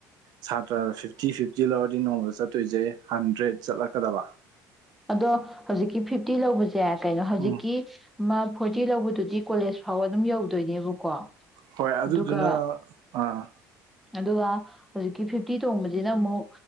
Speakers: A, on the right; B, in the centre.
A: ꯁꯥꯇ꯭ꯔꯗ ꯐꯤꯐꯇꯤ ꯐꯤꯐꯇꯤ ꯂꯧꯔꯗꯤ ꯅꯣꯡꯃꯗ ꯆꯠꯇꯣꯏꯁꯦ ꯍꯟꯗ꯭ꯔꯦꯗ ꯆꯠꯂꯛꯀꯗꯕ
B: ꯑꯗꯣ ꯍꯧꯖꯤꯛꯀꯤ ꯐꯤꯐꯇꯤ ꯂꯧꯕꯁꯦ ꯀꯩꯅꯣ ꯍꯧꯖꯤꯛꯀꯤ
A: ꯎꯝ
B: ꯃꯥ ꯐꯣꯔꯇꯤ ꯂꯧꯕꯗꯨꯗꯤ ꯀꯣꯂꯦꯖ ꯐꯥꯎꯕ ꯑꯗꯨꯝ ꯌꯧꯗꯣꯏꯅꯦꯕꯀꯣ
A: ꯍꯣꯏ ꯑꯗꯨꯗꯨꯅ
B: ꯑꯗꯨꯒ
A: ꯑꯥ
B: ꯑꯗꯨꯒ ꯍꯧꯖꯤꯛꯀꯤ ꯐꯤꯐꯇꯤ ꯇꯣꯡꯕꯁꯤꯅ ꯑꯃꯨꯛ